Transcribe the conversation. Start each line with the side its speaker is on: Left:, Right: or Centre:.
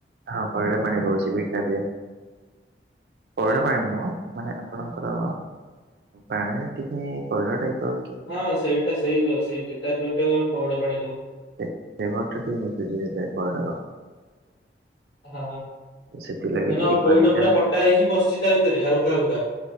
Right: ହଁ ପଇଡ ପାଣି ରୋହୁଛି ଭିତରେ ପଇଡ
Left: ହଁ।
Right: ପାଣି ନୁହଁ। ମାନେ ଆପଣଙ୍କର ପାଣିଟା ଠିକ୍ ପଇଡ଼ ପରି
Left: ହଁ ସେଇଟା ସେଇ ସେଇ ଲିଟାର ଟା ଆମେ ପଇଡ଼ ପାଣି କହୁ।
Right: ଏ ଘର ପାଣିଟା ମିଶେ ଟିକେ ପଇଡ଼ ସହ।
Left: ହଁ
Right: ସେଥିଲାଗି
Left: ମାନେ
Right: ଟିକେ ପାଣି
Left: ପଇଡ
Right: ଟା
Left: ପୁରା କଟା ହେଇକି ବସି ତା ଭିତରେ ହାଲକା ହାଲକା।